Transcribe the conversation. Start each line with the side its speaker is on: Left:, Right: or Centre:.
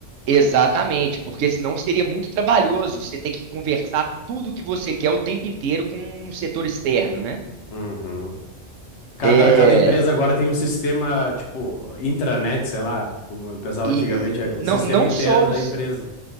Right: exatamente, porque senão seria muito trabalhoso você ter que conversar tudo que você quer o tempo inteiro com um setor externo, né?
Left: Uhum. Cada,
Right: É.
Left: cada empresa agora tem um sistema, tipo, intranet, sei lá, como eu pensava
Right: E,
Left: antigamente,
Right: e
Left: é o
Right: não,
Left: sistema
Right: não
Left: interno
Right: só os,
Left: da empresa.